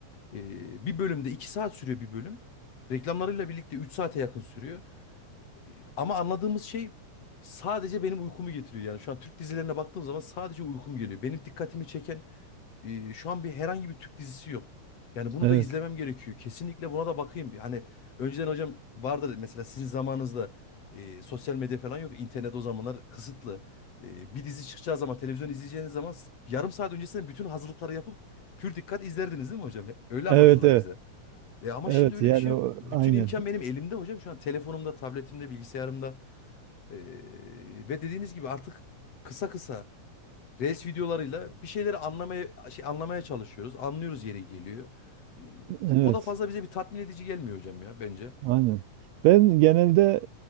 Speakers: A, on the left; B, on the right.
A: Ee, bir bölümde 2 saat sürüyor bir bölüm. Reklamlarıyla birlikte 3 saate yakın sürüyor. Ee, Ama anladığımız şey sadece benim uykumu getiriyor. Yani şu an Türk dizilerine baktığım zaman sadece uykum geliyor. Benim dikkatimi çeken e, şu an bir herhangi bir Türk dizisi yok. Yani bunu
B: Evet.
A: da izlemem gerekiyor. Kesinlikle buna da bakayım. bir. Hani önceden hocam vardı mesela sizin zamanınızda e, sosyal medya falan yok. İnternet o zamanlar kısıtlı. E, bir dizi çıkacağı zaman televizyon izleyeceğiniz zaman s- yarım saat öncesinden bütün hazırlıkları yapıp pür dikkat izlerdiniz değil mi hocam? Öyle
B: Evet,
A: anlatırlar
B: evet.
A: bize. E, ama
B: Evet
A: şimdi öyle
B: yani
A: bir şey yok.
B: o,
A: Bütün
B: aynen.
A: imkan benim elimde hocam. Şu an telefonumda, tabletimde, bilgisayarımda. E, ve dediğiniz gibi artık kısa kısa. Reels videolarıyla bir şeyleri anlamaya şey, anlamaya çalışıyoruz. Anlıyoruz yeri geliyor. Ee,
B: Evet.
A: O da fazla bize bir tatmin edici gelmiyor hocam ya bence.
B: Aynen. Ben genelde